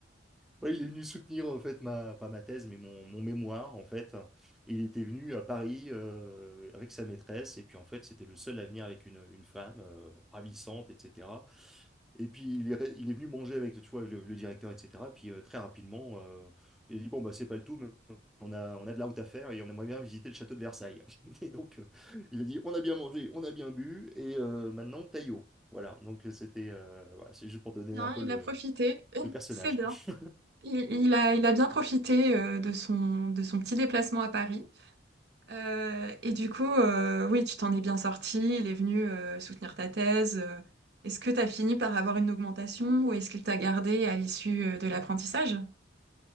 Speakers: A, in the centre; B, on the right (about 55°).
A: Oui, il est venu soutenir en fait ma pas ma thèse, mais mon, mon mémoire en fait. Il était venu à Paris euh, avec sa maîtresse, et puis en fait, c'était le seul à venir avec une, une femme euh, ravissante, etc. Et puis il est, re- il est venu manger avec tu vois, le, le directeur, etc. Puis euh, très rapidement, euh, il a dit, bon, bah, c'est pas le tout, mais on a, on a de la route à faire et on aimerait bien visiter le château de Versailles. <laughs> Et donc, euh, il a dit, on a bien mangé, on a bien bu, et euh, maintenant, Taillot. Voilà, donc c'était, euh, voilà, c'est juste pour donner
B: Hein,
A: un peu
B: il
A: le,
B: a profité. <laughs>
A: le personnage.
B: C'est bien.
A: <laughs>
B: Il, il a, il a bien profité euh, de son, de son petit déplacement à Paris. Euh, et du coup, euh, oui, tu t'en es bien sorti. Il est venu euh, soutenir ta thèse. Euh, Est-ce que tu as fini par avoir une augmentation ou est-ce qu'il t'a gardé à l'issue euh, de l'apprentissage?